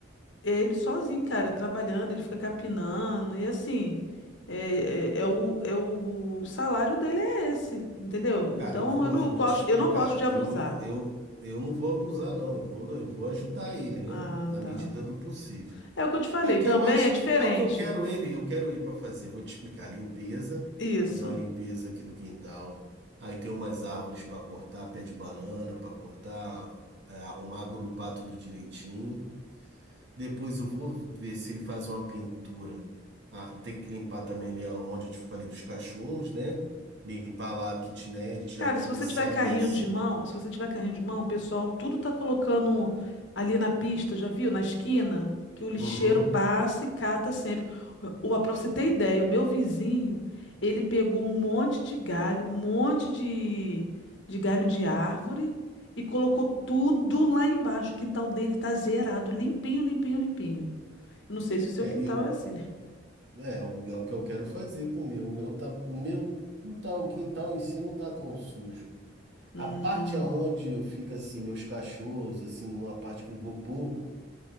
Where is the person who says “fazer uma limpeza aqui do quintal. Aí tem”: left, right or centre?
Right